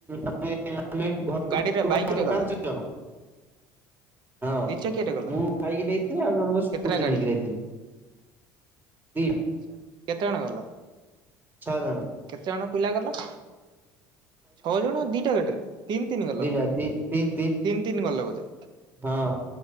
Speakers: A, on the right; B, on the right.
A: ଆମେ ଆମେ ଘରଲୁ
B: ଗାଡିରେ ବାଇକ ରେ
A: ପାଞ୍ଚ
B: ଗଲ?
A: ଜଣ। ହଁ
B: ଦି ଚକିଆରେ ଗଲ?
A: ମୁଁ ଯାଇକି ନେଇଥିଲି ଆଉ ଜଣ
B: କେତେଟା
A: ବୁଟି
B: ଗାଡିରେ?
A: ନେଇକି ଯାଇଥିଲି। ଦଇ।
B: ଆଛା କେତେ ଜଣ ଗଲ
A: ଛଅ ଜଣ
B: କେତେଜଣ ପିଲା ଗଲ? ଛଅ ଜଣ ଦିଟା ଗାଟରେ ତିନି ତିନି ଗଲା
A: ଦିଟା
B: ବୋଧେ
A: ତିନି
B: ତିନି ତିନି ଗଲା ବୋଧେ?
A: ହଁ।